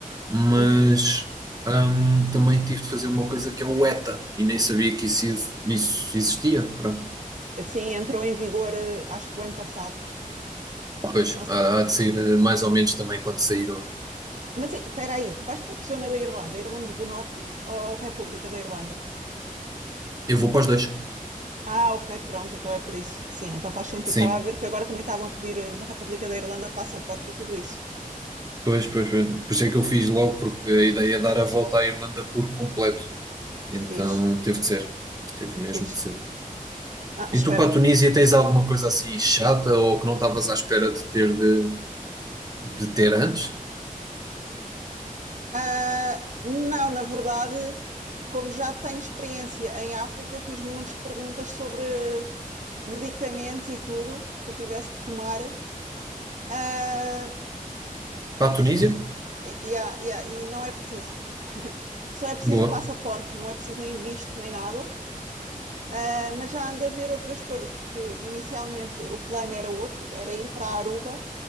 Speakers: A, on the right; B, on the right.
A: mas
B: Uhum.
A: hum, também tive de fazer uma coisa que é o ETA, e nem sabia que isso, isso existia. Pronto.
B: É, sim, entrou em vigor, eh, acho que o ano passado.
A: Pois,
B: Nossa,
A: há, há de sair eh, mais ou menos também quando saíram.
B: mas e- espera aí, tu vais para que zona da Irlanda? Irlanda do Norte ou República da Irlanda?
A: Eu vou para os dois.
B: Ah, ok, pronto, então é por isso. Sim, então faz sentido.
A: Sim,
B: Estava a ver que agora também estavam a pedir eh, na República da Irlanda o passaporte e tudo isso.
A: pois, pois, pois. Por isso é que eu fiz logo, porque a ideia é dar a volta à Irlanda por completo.
B: Que
A: Então
B: fixe,
A: teve de ser, teve
B: que
A: mesmo
B: fixe.
A: de ser.
B: Ah, espero
A: E tu para
B: que.
A: a Tunísia tens alguma coisa assim chata ou que não estavas à espera de ter de, de ter antes?
B: Ah, não, na verdade. como já tenho experiência em África, eu fiz montes de perguntas sobre medicamentos e tudo que eu tivesse que tomar. ah,
A: Para a Tunísia?
B: e, e, yeah, yeah, e não é preciso. Só é preciso
A: Boa.
B: o passaporte, não é preciso nem visto nem nada. Ah, mas já ando a ver outras coisas, porque inicialmente o plano era outro, era ir para Aruba,